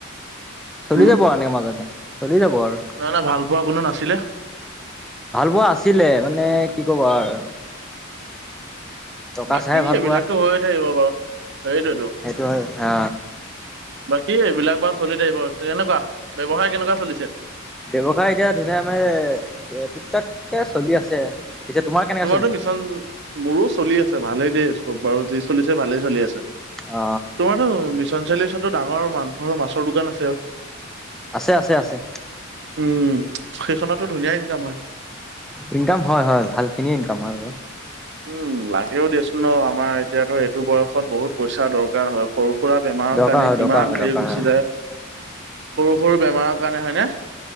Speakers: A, in the centre; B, on the right.
A: চলি
B: উম
A: যাব আৰু এনেকে মাজতে, চলি যাব আৰু।
B: নহয় নহয় ভাল পোৱা কোনো নাছিলে
A: ভাল পোৱা আছিলে, মানে কি ক'বা আৰু টকা
B: বাকী
A: চাই ভাল
B: এইবিলাকতো
A: পোৱা
B: হৈয়ে থাকিব বাৰু, সেইটোৱেইতো।
A: সেইটো হয় অ
B: বাকী এইবিলাক বাৰু চলি থাকিব কেনেকুৱা ব্যৱসায় কেনেকুৱা চলিছে
A: ব্যৱসায় এতিয়া ধুনীয়া মানে টুক টাককে চলি আছে পিছে তোমাৰ কেনেকে
B: তোমাৰতো
A: চলিছে
B: মিছন, মোৰো চলি আছে ভালেই দেই, চব বাৰু যি চলিছে ভালেই চলি আছে।
A: অ
B: তোমাৰতো মিছন চাৰিআলিৰ ওচৰততো ডাঙৰ মাংস আৰু মাছৰ দোকান আছে?
A: আছে আছে আছে
B: উম, সেইখনতো ধুনীয়া ইনকাম হয়।
A: ইনকাম হয় হয়, ভালখিনিয়ে ইনকাম হয় বাৰু।
B: উম, লাগেও দিয়াচোন ন, আমাৰ এতিয়া ধৰা এইটো বয়সত বহুত পইচা দৰকাৰ হয়, সৰু খুৰা বেমাৰৰ
A: দৰকাৰ
B: কাৰণে
A: হয়
B: কিমান
A: দৰকাৰ হয় দৰকাৰ
B: হেৰি গুচি
A: হয়
B: যায় সৰু সৰু বেমাৰৰ কাৰণে হয়নে?